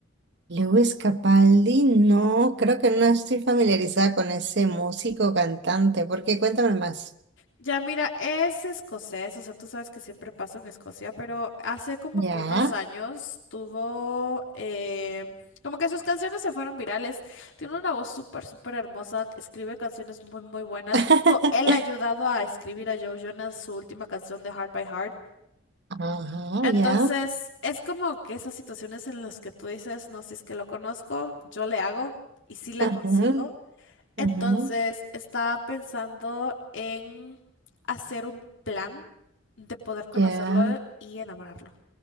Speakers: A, on the right; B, on the left.
A: Lewis Capaldi, no, creo que no estoy familiarizada con ese músico cantante. ¿Por qué? Cuéntame más.
B: Ya mira, es escocés, o sea, tú sabes que siempre pasó en Escocia, pero hace como
A: ¿Ya?
B: que unos años tuvo, eh, como que sus canciones se fueron virales. Tiene una voz súper, súper hermosa, escribe canciones muy, muy buenas.
A: <laughs>
B: Justo él ha ayudado a escribir a Joe Jonas su última canción de Heart by Heart.
A: Ajá,
B: Entonces,
A: ya.
B: es como que esas situaciones en las que tú dices, no, si es que lo conozco, yo le hago y sí la
A: Ajá,
B: consigo. Entonces,
A: ajá,
B: estaba pensando en hacer un plan de poder conocerlo
A: Ya.
B: y enamorarlo.